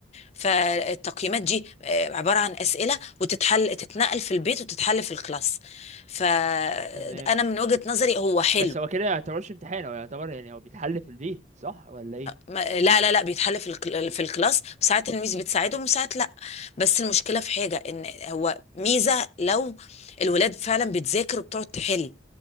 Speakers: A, on the left (about 35°); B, on the right (about 35°).
A: فالتقييمات دي آه، عباره عن اسئله وتتحل تتنقل في البيت وتتحل في الكلاس فانا
B: تمام
A: من وجهه نظري هو حلو
B: بس هو كده ما يعتبرش امتحان هو يعتبر يعني هو بيتحل في البيت صح ولا ايه
A: ما- لا لا لا بيتحل في الك- في الكلاس ساعات الميس بتساعدهم وساعات لا بس المشكله في حاجه ان هو ميزه لو الولاد فعلا بتذاكر وبتقعد تحل